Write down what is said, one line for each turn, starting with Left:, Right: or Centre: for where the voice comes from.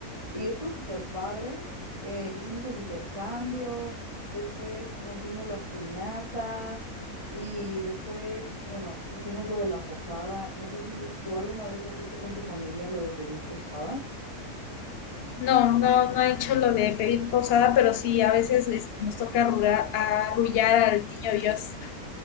Right: Y estuvo súper padre. eh, hicimos el intercambio, después rompimos las piñatas y después, bueno, hicimos lo de la posada. No sé si tú alguna vez has hecho con tu familia lo de pedir posada.
Left: No, no, no he hecho lo de pedir posada, pero sí, a veces este, nos toca arrullar, arrullar al niño Dios.